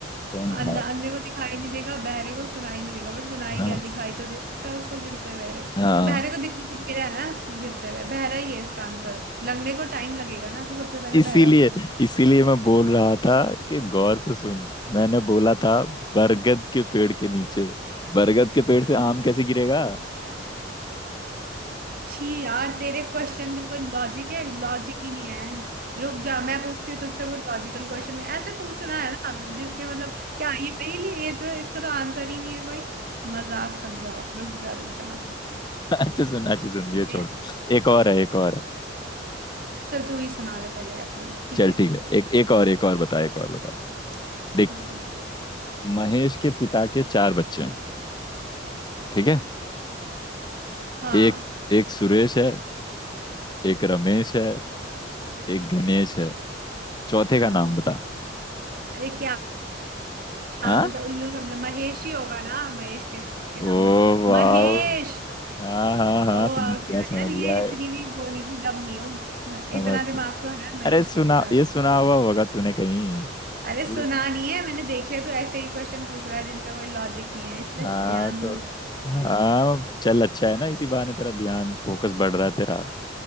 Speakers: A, on the left (about 25°); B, on the right (about 50°).
A: कौन उठाएगा
B: अंधा अंधे को दिखाई नहीं देगा बहरे को सुनाई नहीं देगा बट सुनाई
A: हाँ
B: क्या दिखाई तो दे सकता है उसको गिरते हुए
A: हाँ
B: तो बहरे को दिखाई दे रहा है ना गिरते हुए बहरा ही है इसका आंसर लगने को टाइम लगेगा ना तो सबसे पहले
A: इसीलिए
B: बहरा उठाना
A: इसीलिए मैं बोल रहा था कि गौर से सुन मैंने बोला था बरगद के पेड़ के नीचे बरगद के पेड़ से आम कैसे गिरेगा
B: छी यार तेरे क्वेश्चन का कोई लॉजिक है लॉजिक ही नहीं है रुक जा मैं पूछती हूँ तुझसे कोई लॉजिकल क्वेश्चन ऐसे पूछना है ना जिसके मतलब क्या ये पहेली है? ये तो इसका तो आंसर ही नहीं है कोई मजाक समझा हुआ रुक जा रुक जा मैं पूछती हूँ
A: अच्छा सुन अच्छा सुन
B: ठीक
A: ये छोड़
B: है
A: एक और है एक और है
B: चल तू ही सुना ले पहले अपने ठीक
A: चल
B: है
A: ठीक है एक एक और एक और बता एक और बता देख
B: पूछ
A: महेश के पिता के चार बच्चे हैं ठीक है
B: हाँ
A: एक एक सुरेश है एक रमेश है एक गणेश है चौथे
B: हाँ
A: का नाम बता
B: अरे क्या मतलब
A: हाँ
B: उल्लू समझा महेश ही होगा ना महेश के पिता के नाम
A: ओ वाह
B: महेश
A: हाँ हाँ
B: ओ
A: हाँ समझ
B: वाह,
A: गया
B: क्या
A: समझ
B: यार ये
A: गया
B: इतनी भी वो नहीं हो दम नहीं हो हाँ,
A: समझ
B: इतना दिमाग तो है महेश
A: अरे सुना
B: के पिता
A: ये
B: का।
A: सुना हुआ होगा तूने कहीं
B: अरे
A: तो
B: सुना नहीं है मैंने देख लिया तो ऐसे ही क्वेश्चन पूछ रहा है जिनका कोई लॉजिक नहीं है इसलिए
A: हाँ
B: ध्यान से
A: तो
B: सुनना
A: हाँ
B: पड़ेगा।
A: चल अच्छा है ना इसी बहाने तेरा ध्यान फोकस बढ़ रहा है तेरा